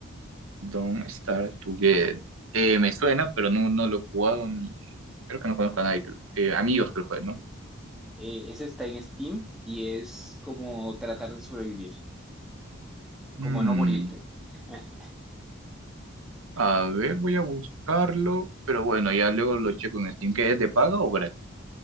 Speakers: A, on the right; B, in the centre.
A: Don't Starve Together. Eh, me suena, pero no, no lo he jugado ni... Creo que no conozco a nadie, que lo- eh, amigos que lo jueguen, ¿no?
B: Eh, ese está en Steam y es como tratar de sobrevivir, como
A: Mm,
B: no morirte. <laughs>
A: a ver, voy a buscarlo. Pero bueno, ya luego lo checo en Steam. ¿Qué es de paga o gratis?